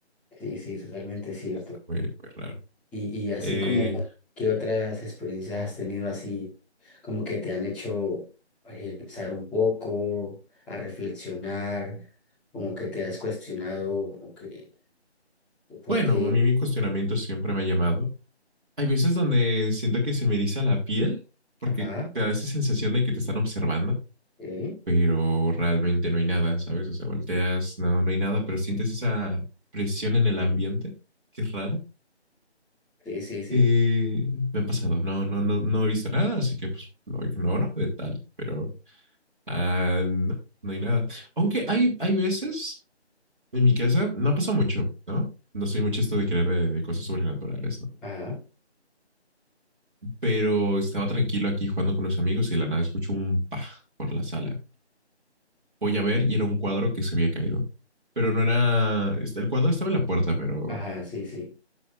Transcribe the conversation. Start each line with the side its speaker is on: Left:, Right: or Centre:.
Centre: Sí, sí, totalmente cierto.
Right: está muy, muy raro.
Centre: Y, y así
Right: Eh,
Centre: como, ¿qué otras experiencias has tenido así, como que te han hecho eh, pensar un poco, a reflexionar, como que te has cuestionado, como que, por
Right: bueno,
Centre: qué?
Right: a mí mi cuestionamiento siempre me ha llamado. Hay veces donde siento que se me eriza la piel porque
Centre: Ajá,
Right: te da esa sensación de que te están observando
Centre: eh,
Right: pero realmente no hay nada, ¿sabes? O sea, volteas, no, no hay nada, pero sientes esa presión en el ambiente, que es rara.
Centre: sí, sí, sí,
Right: Eh, me ha pasado, no, no, no, no he visto nada, así que pues lo ignoro de tal, pero ah, no, no hay nada. Aunque hay, hay veces en mi casa, no ha pasado mucho, ¿no? No soy mucho esto de creer de, de cosas sobrenaturales, ¿no?
Centre: ajá,
Right: Pero estaba tranquilo aquí jugando con unos amigos y de la nada escucho un pa por la sala. voy a ver y era un cuadro que se había caído. Pero no era, este, el cuadro estaba en la puerta, pero,
Centre: ajá, sí, sí.